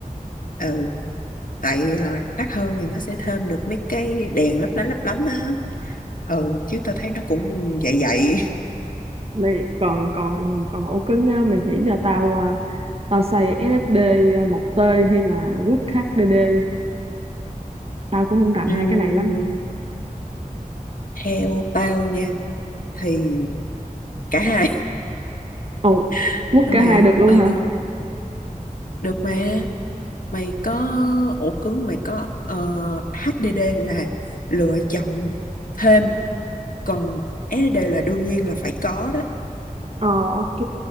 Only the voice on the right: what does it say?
mày còn còn còn ổ cứng á, mày chỉ cho tao ờ, tao xây SSD một t hay là quất HDD tao cũng không rành
hai cái này lắm
ồ
quất cả
hai được luôn
hả
Ờ ok.